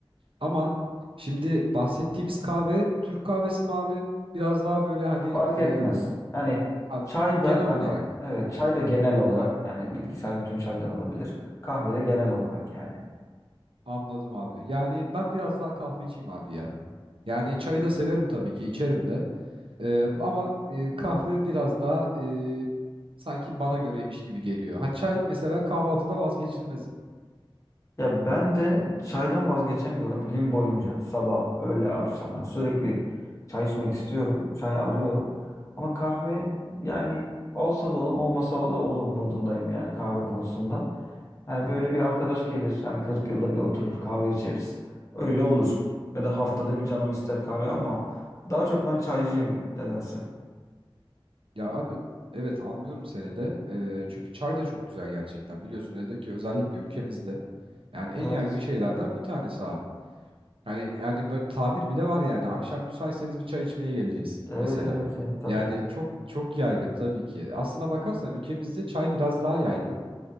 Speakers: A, on the right; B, on the left.
A: Ama şimdi bahsettiğimiz kahve Türk kahvesi mi abi? Biraz daha böyle hani
B: Fark
A: e,
B: etmez. Hani
A: a-
B: çay
A: genel
B: da hani
A: olarak
B: evet çay da genel olarak yani bitkisel bütün çaylar olabilir. Kahve de genel olarak yani.
A: anladım abi. Yani ben biraz daha kahveciyim abi ya. Yani çayı da severim tabii ki içerim de. E, ama e, kahve biraz daha e, sanki bana göreymiş gibi geliyor. Ha çay mesela kahvaltıda vazgeçilmezim.
B: Ya ben de çaydan vazgeçemiyorum gün boyunca sabah, öğle, akşam yani sürekli çay içmek istiyorum. Çay arıyorum. Ama kahve yani olsa da olur, olmasa da olur modundayım yani kahve konusunda. Yani böyle bir arkadaş gelir hani 40 yılda bir oturur kahve içeriz. Öyle olur. Ya da haftada bir canım ister kahve ama daha çok ben çaycıyım nedense.
A: Ya abi evet anlıyorum seni de. Ee, çünkü çay da çok güzel gerçekten. Biliyorsun özellikle ki özellikle ülkemizde yani en
B: Evet.
A: yaygın şeylerden bir tanesi abi. Hani yani böyle tabir bile var yani akşam müsaitseniz bir çay içmeye geleceğiz
B: Evet
A: mesela.
B: evet ya tabii.
A: Yani çok çok yaygın tabii ki. Aslına bakarsan ülkemizde çay biraz daha yaygın.